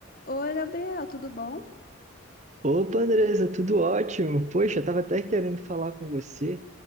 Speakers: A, on the left (about 45°); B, on the right (about 35°).
A: Oi, Gabriel, tudo bom?
B: Opa, Andresa, tudo ótimo. Poxa, eu tava até querendo falar com você